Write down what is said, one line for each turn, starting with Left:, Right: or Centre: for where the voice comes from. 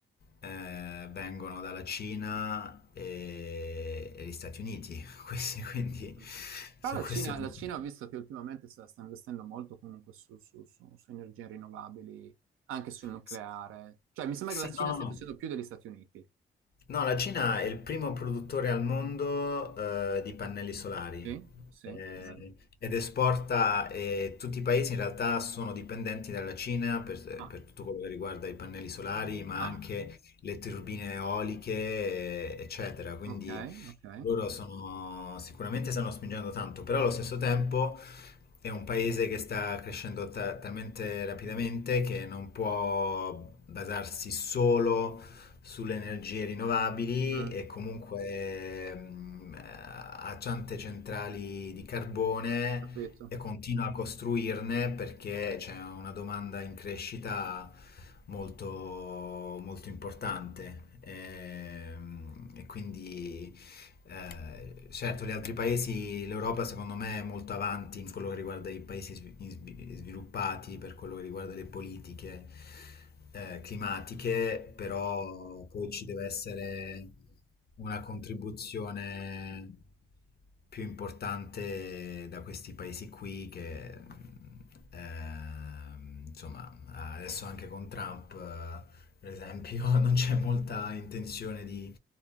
Left: eh, vengono dalla Cina e, e gli Stati Uniti, <laughs> questi, quindi
Right: Mm. Però
Left: su
Right: la
Left: questo
Right: Cina,
Left: punto.
Right: la Cina ho visto che ultimamente sta, sta investendo molto comunque su, su- su- su energie rinnovabili, anche sul nucleare.
Left: Sì,
Right: Cioè, mi sembra
Left: sì,
Right: che la Cina
Left: no,
Right: stia
Left: no, no.
Right: facendo più degli Stati Uniti.
Left: No, la Cina è il primo produttore al mondo eh, di pannelli solari
Right: Sì, sì,
Left: eh,
Right: vero.
Left: ed esporta, e tutti i paesi in realtà sono dipendenti dalla Cina per,
Right: Ah,
Left: per tutto quello che riguarda i pannelli solari, ma
Right: ah,
Left: anche le turbine eoliche, eh, eccetera. Quindi
Right: ok, ok.
Left: loro sono, sicuramente stanno spingendo tanto, però allo stesso tempo è un paese che sta crescendo ta- talmente rapidamente che non può basarsi solo sulle energie rinnovabili
Right: Mm,
Left: e comunque mh, ha tante centrali di carbone
Right: capito.
Left: e continua a costruirne perché c'è una domanda in crescita molto, molto importante. Ehm, E, quindi eh, certo, gli altri paesi, l'Europa secondo me è molto avanti in quello che riguarda i paesi svi- in svi- sviluppati, per quello che riguarda le politiche eh, climatiche, però poi ci deve essere una contribuzione più importante da questi paesi qui che, ehm, insomma, adesso anche con Trump... eh, per esempio, <laughs> non c'è molta intenzione di,